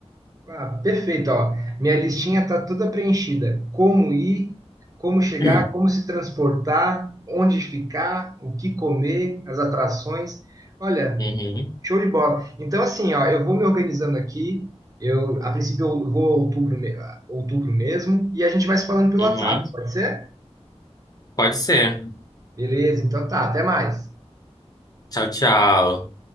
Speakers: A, on the right; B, on the left.
A: Ah, perfeito, ó. Minha listinha tá toda preenchida. Como ir, como chegar,
B: <clears throat>
A: como se transportar, onde ficar, o que comer, as atrações. Olha,
B: Uhum.
A: Show de bola. Então, assim, ó, eu vou me organizando aqui. Eu, a princípio, eu vou a outubro, me- a outubro mesmo. E a gente vai se falando pelo
B: Uhum.
A: WhatsApp, pode ser?
B: Pode ser.
A: Beleza, então tá. Até mais.
B: Tchau, tchau.